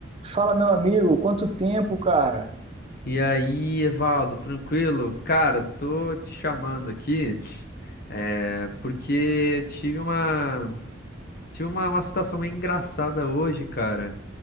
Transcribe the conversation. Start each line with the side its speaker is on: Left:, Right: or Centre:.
Right: Fala, meu amigo, quanto tempo, cara?
Left: E aí, Evaldo, tranquilo? Cara, tô te chamando aqui, é, porque tive uma, tive uma, uma situação meio engraçada hoje, cara,